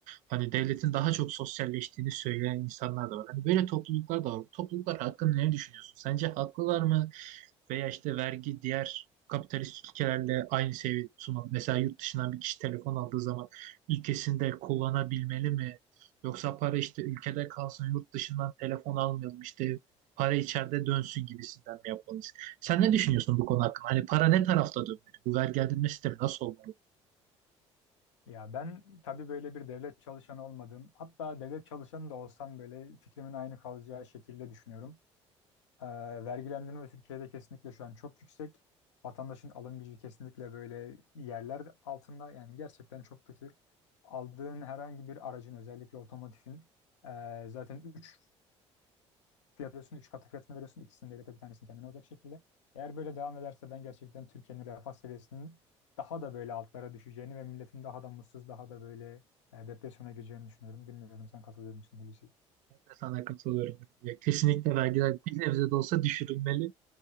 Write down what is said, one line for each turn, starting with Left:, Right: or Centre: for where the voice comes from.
Right: hani devletin daha çok sosyalleştiğini söyleyen insanlar da var. Hani böyle topluluklar da var. Bu topluluklar hakkında ne düşünüyorsun? Sence haklılar mı? Veya işte vergi diğer kapitalist ülkelerle aynı seviyede tutulmalı. Mesela yurt dışından bir kişi telefon aldığı zaman ülkesinde kullanabilmeli mi? Yoksa para işte ülkede kalsın, yurt dışından telefon almayalım, işte para içeride dönsün gibisinden mi yapmalı? Sen ne düşünüyorsun bu konu hakkında? Hani para ne tarafta dönmeli? Bu vergilendirme sistemi nasıl olmalı?
Left: Ya ben tabii böyle bir devlet çalışanı olmadım. Hatta devlet çalışanı da olsam böyle fikrimin aynı kalacağı şekilde düşünüyorum. Ee, vergilendirme Türkiye'de kesinlikle şu an çok yüksek. Vatandaşın alım gücü kesinlikle böyle yerler altında. Yani gerçekten çok kötü. Aldığın herhangi bir aracın özellikle otomotivin ee, zaten üç fiyat veriyorsun, 3 katı fiyatını veriyorsun. İkisini de bir tanesini kendine olacak şekilde. Eğer böyle devam ederse ben gerçekten Türkiye'nin refah seviyesinin daha da böyle altlara düşeceğini ve milletin daha da mutsuz, daha da böyle e, depresyona gireceğini düşünüyorum. Bilmiyorum sen katılıyor musun Hulusi?
Right: Ben de sana katılıyorum. Ya kesinlikle vergiler bir nebze de olsa düşürülmeli.